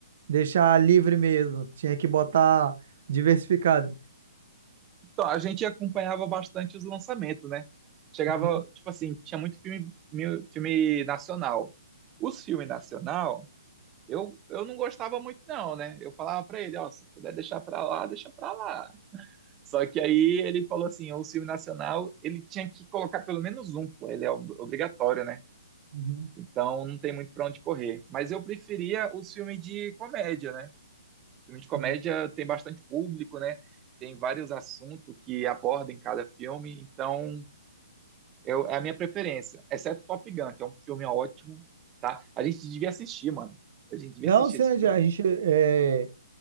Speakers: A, on the right; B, on the right.
A: deixar livre mesmo. Tinha que botar diversificado.
B: Então a gente acompanhava bastante os lançamentos, né? Chegava,
A: Uhum,
B: tipo assim, tinha muito filme, mil- filme nacional. Os filmes nacional, eu, eu não gostava muito não, né? Eu falava pra ele, ó, se puder deixar pra lá, deixa pra lá. Só que aí ele falou assim, o filme nacional, ele tinha que colocar pelo menos um, pô, ele é ob- obrigatório, né?
A: uhum,
B: Então não tem muito pra onde correr. Mas eu preferia os filmes de comédia, né? Filme de comédia
A: uhum.
B: tem bastante público, né? Tem vários assuntos que aborda em cada filme, então eu, é a minha preferência, exceto Top Gun, que é um filme ótimo, tá? A gente devia assistir, mano. A gente devia
A: Não,
B: assistir
A: sim,
B: esse
A: a
B: filme.
A: gente. É...